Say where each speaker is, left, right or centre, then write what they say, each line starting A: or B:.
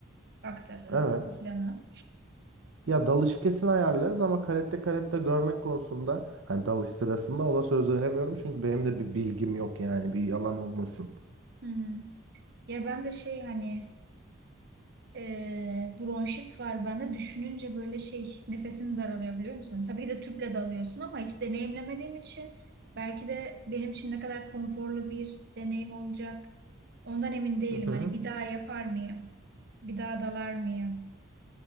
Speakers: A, on the right; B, on the right.
A: aktarırız
B: Evet.
A: o planı.
B: Ya dalış kesin ayarlarız ama karette karette görmek konusunda hani dalış sırasında ona söz veremiyorum. Çünkü benim de bir bilgim yok yani bir yalan olmasın.
A: Hmm. Ya ben de şey hani Ee, bronşit var bende. Düşününce böyle şey nefesim daralıyor biliyor musun? Tabii ki de tüple dalıyorsun ama hiç deneyimlemediğim için belki de benim için ne kadar konforlu bir deneyim olacak. Ondan emin değilim.
B: Hı hı.
A: Hani bir daha yapar mıyım? Bir daha dalar mıyım?